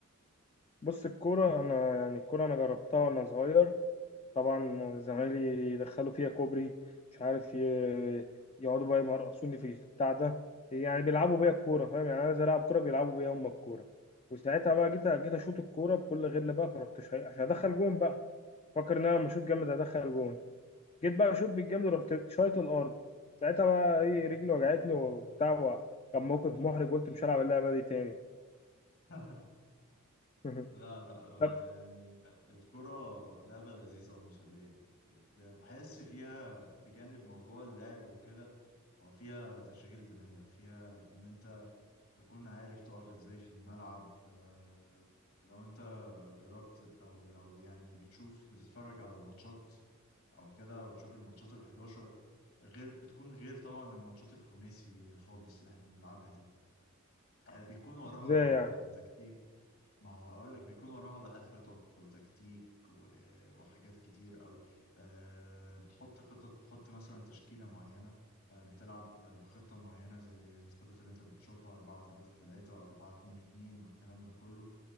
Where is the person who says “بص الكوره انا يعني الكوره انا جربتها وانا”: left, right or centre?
Left